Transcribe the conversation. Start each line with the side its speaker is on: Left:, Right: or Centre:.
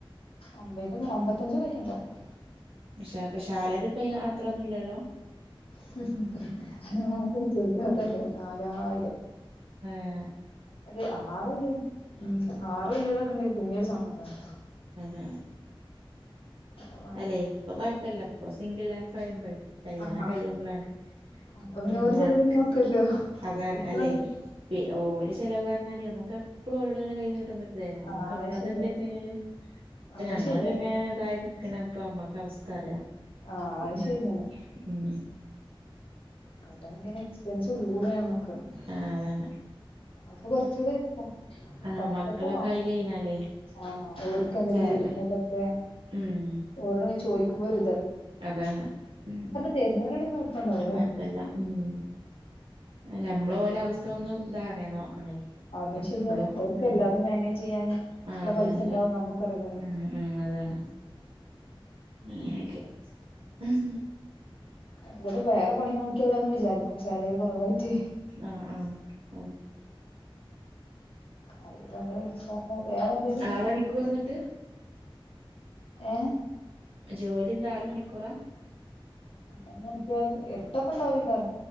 Left: ഒമ്പെന്റെ അമ്പത്തഞ്ച് ഒക്കെ ഇണ്ടാവും
Right: പക്ഷേ പക്ഷാലരി പ്പ അത്രൊന്നുല്ലല്ലൊ
Left: <unintelligible> അത് മാത്രം ചോയിക്കാത്തല്ലേ നാലായിരം
Right: ആ
Left: ഒരു ആറ് <inaudible> ആറൊ ഏഴൊക്കെ ഇണ്ടാര്ന്നെ പിന്നെം ഒരു സമാധാനം
Right: ഉം
Left: അതാണ്
Right: അല്ലെ ഇപ്പൊ കൊഴപ്പല്ല, ഇപ്പ സിംഗിൾ ലൈഫ് ആവുമ്പയ്, കല്യാണം
Left: ആഹ്
Right: കഴിയുമ്പളാണ്
Left: ആഹ് അപ്പൊ പിന്നെ
Right: ഉം
Left: ഓര് ചെലവിന്
Right: അക്ക്
Left: നോക്കല്ലോ
Right: അതാണ്
Left: ഇപ്പളാണ്
Right: അല്ലെ പെ ഓല് ചെലവ് പറഞ്ഞാല് നമ്മക്ക് എപ്പളും ഒരോടിങ്ങന കൈ നീട്ടാൻ പറ്റുത്തില്ലല്ലോ നമ്മക്ക്
Left: ആഹ്
Right: നമ്മതിണ്ടെതന്നെല്
Left: അത് ശരിയാ ആ
Right: പ്പ ഞങ്ങളക്ക
Left: അത് ശരിയാട്ടോ
Right: ഇങ്ങനെ ഇതായി നിക്കണ് പ്പ അമ്മക്ക് അവസ്ഥത്താറിയാം
Left: ആഹ്
Right: ഇനാത്ത്
Left: അത് ശരിയാണ്
Right: ഉം
Left: കല്യാണം കൈഞ്ഞ എക്സ്പെൻസ് കൂടു നമ്മക്ക്
Right: ആ അതന്നെ
Left: അപ്പൊ കൊറച്ചൂട ഇരിക്ക
Right: ആഹ്
Left: പത്തൊക്ക
Right: മക്കളൊക്കെ
Left: വേണം
Right: ആയി കഴിഞ്ഞാലേ
Left: ആ ഓർക്കെന്തേലും
Right: അധികം ചെലവല്ല.
Left: പേടിക്കണതൊക്കെ
Right: ഉം
Left: ഒരോട് പോയി ചോദിക്കുമ്പോഴൊരു
Right: അതാണ് ഉം
Left: തരുന്നവരാണെങ്കിൽ കുഴപ്പമുണ്ടാവൂല
Right: കൊഴപ്പല്ല ഉം ല്ല നമ്മള് പോലെ അവസ്ഥ ഒന്നും ധാണെ നോ ണെ
Left: അതും
Right: എപ്പോളും
Left: ശരിയാണ് ഓർക്ക്
Right: ഉം
Left: എല്ലാതും മാനേജ് ചെയ്യാന്
Right: ആ
Left: ഉള്ള
Right: അതാണ്
Left: പൈസ ഉണ്ടാവും നമുക്കറിയില്ലല്ലോ
Right: ഉം ഉം അതാണ് ഉം ക്കെ ഉം
Left: എന്തേലും വേറെ പണി നോക്കിയാലോന്ന് വിചാരി സാലറി കൊറവായിട്ട്
Right: ആഹ് ആഹ്
Left: അത് കൊറെ വേറെന്തേലും
Right: ആറ്
Left: നോക്കിനിപ്പം
Right: മണിക്കൂർ എന്നിട്ട്
Left: ഏ
Right: ജോലി എന്താ ആറ് മണിക്കൂറാ
Left: എന്ന് വെച്ചാൽ എട്ടൊക്കിണ്ടാവല്